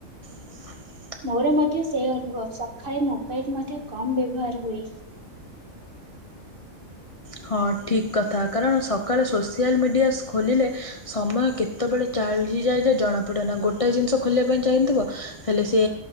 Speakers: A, on the left (about 30°); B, on the right (about 40°).
A: <inaudible>
B: ମୋର ମଧ୍ୟ ସେ ଅନୁଭବ ସକାଳେ ମୋବାଇଲ ମଧ୍ୟ କମ୍ ବ୍ୟବହାର ହୁଏ।
A: ହଁ ଠିକ୍ କଥା କାରଣ ସକାଳେ ସୋସିଆଲ ମିଡ଼ିଆ ଖୋଲିଲେ ସମୟ କେତେବେଳେ ଚାଲିଯାଏ ଯେ ଜଣାପଡ଼େ ନା ଗୋଟାଏ ଜିନିଷ ଖୋଲିବା ପାଇଁ ଚାହିଁଥିବ ହେଲେ ସେ